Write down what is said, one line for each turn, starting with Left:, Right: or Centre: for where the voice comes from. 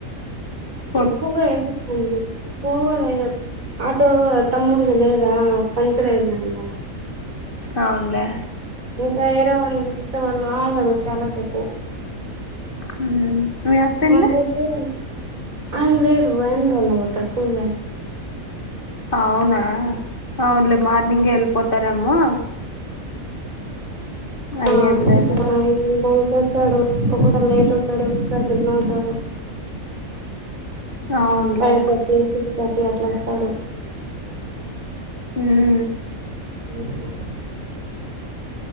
Left: ఉ
Right: ఎక్కువగా ఏడుస్తుంది పోవాల అయిన ఆటో తమ్ముడుది లేద పంచర్ అయిందంట
Left: అవును లే
Right: ఇంకా వేరే వాళ్ళని పిలిస్తే వాళ్ళు ఆగరు చాలా సేపు
Left: ఉ మీ అత్త అండి
Right: మందైతే ఆయన లేడు వ్యాన్ వ్యాన్ లోనే పోత స్కూల్ వ్యాన్
Left: అవునా అవున్లే మార్నింగే వెళ్లిపోతారేమో అయ్యేది
Right: అ సిక్స్
Left: లేదు
Right: పైన ఉండొచ్చు వస్తాడు ఒకోసారి లేట్ అవుతాది ఒక్కసారి బిన్న అవుతాడు
Left: అవునులే
Right: ఫైవ్ థర్టీ సిక్స్ థర్టీ అట్లొస్తాడు
Left: హు
Right: హ్మ్ హు